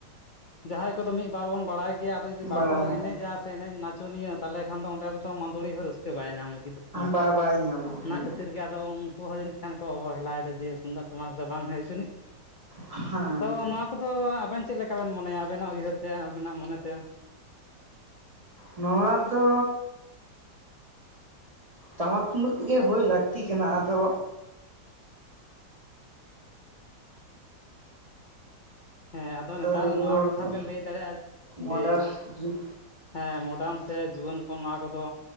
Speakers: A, on the left; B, on the right.
A: ᱡᱟᱦᱟᱸᱭ ᱠᱚᱫᱚ ᱢᱤᱫ ᱵᱟᱨ ᱵᱚᱱ ᱵᱟᱲᱟᱭ ᱜᱮᱭᱟ᱾ ᱡᱩᱫᱤ
B: ᱵᱟᱲᱟᱭ
A: ᱵᱟᱠᱚ
B: ᱦᱮᱸ
A: ᱮᱱᱮᱡᱼᱟ ᱥᱮ ᱮᱱᱮᱡ ᱱᱟᱪᱚᱱᱤᱭᱟᱹ ᱛᱟᱦᱚᱞᱮ ᱠᱷᱟᱱ ᱫᱚ ᱚᱸᱰᱮ ᱫᱚ ᱢᱫᱲᱤ ᱦᱚᱸ ᱨᱟᱹᱥᱠᱟᱹ ᱵᱟᱭ ᱧᱟᱢ ᱞᱮᱼᱟ ᱞᱟᱹᱜᱤᱫᱚᱜ ᱠᱟᱱᱟ
B: ᱵᱟᱭ ᱵᱟᱭ ᱧᱟᱢᱟ
A: ᱚᱱᱟ
B: ᱦᱮᱸ
A: ᱠᱷᱟᱹᱛᱤᱨ ᱜᱮ ᱟᱫᱚ ᱩᱱᱠᱩ ᱦᱚᱸ ᱡᱟᱹᱱᱤᱡ ᱠᱷᱟᱱ ᱠᱚ ᱚᱵᱚᱦᱮᱞᱟᱭᱮᱫᱟ ᱡᱮ ᱛᱩᱢᱫᱟᱜ ᱛᱚᱢᱟᱠ ᱫᱚ ᱵᱟᱝ ᱦᱮ ᱡᱟᱹᱱᱤᱡ
B: ᱦᱮᱸ
A: ᱛᱚ ᱱᱚᱣᱟ ᱟᱫᱚ ᱟᱵᱮᱱ ᱪᱮᱫ ᱞᱮᱠᱟᱵᱮᱱ ᱢᱚᱱᱮᱭᱟ ᱟᱵᱮᱱᱟᱜ ᱩᱭᱦᱟᱹᱨᱛᱮ ᱟᱵᱮᱱᱟᱜ ᱢᱚᱱᱮᱛᱮ?
B: ᱱᱚᱣᱟ ᱫᱚ ᱴᱟᱢᱟᱠ ᱛᱩᱢᱫᱟᱹᱜ ᱛᱮᱜᱮ ᱦᱩᱭ ᱞᱟᱹᱠᱛᱤ ᱠᱟᱱᱟ ᱟᱫᱚ
A: ᱦᱮᱸ ᱟᱫᱚ ᱱᱮᱛᱟᱨ
B: ᱨᱩᱨᱩ
A: ᱱᱚᱣᱟ
B: ᱦᱚᱲ
A: ᱠᱟᱛᱷᱟ
B: ᱠᱚ
A: ᱵᱮᱱ ᱞᱟᱹᱭ ᱫᱟᱲᱮᱭᱟᱜᱼᱟ
B: ᱢᱚᱰᱟᱨ
A: ᱡᱮ
B: ᱡᱩᱜᱽ
A: ᱦᱮᱸ ᱢᱚᱰᱟᱨᱱ ᱥᱮ ᱡᱩᱣᱟᱹᱱ ᱠᱚ ᱱᱚᱣᱟ ᱠᱚᱫᱚ